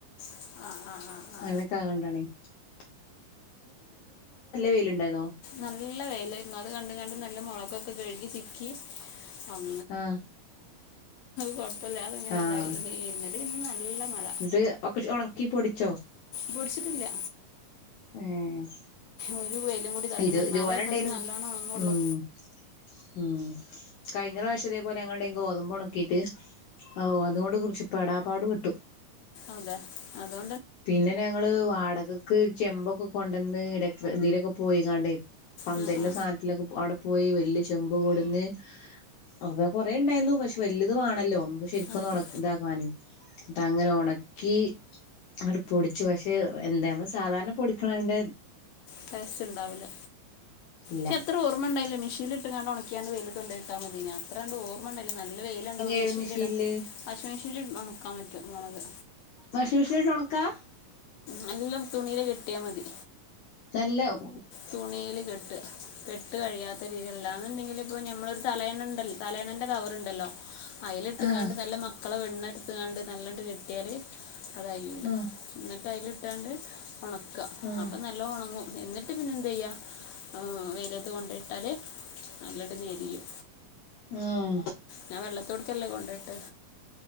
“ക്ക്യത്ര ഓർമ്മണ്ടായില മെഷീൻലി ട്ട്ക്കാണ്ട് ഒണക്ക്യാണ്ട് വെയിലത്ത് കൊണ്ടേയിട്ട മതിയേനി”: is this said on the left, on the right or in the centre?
Left